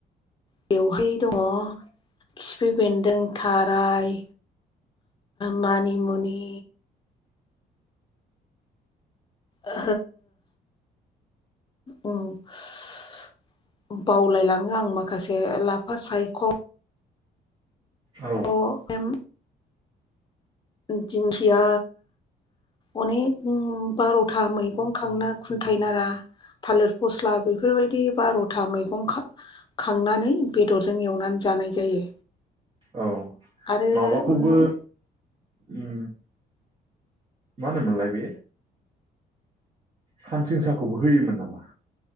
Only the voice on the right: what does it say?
औ
औ
माबाखौबो
उम मा होनोमोनलाय बे खान्थिं साखौबो होयोमोन नामा?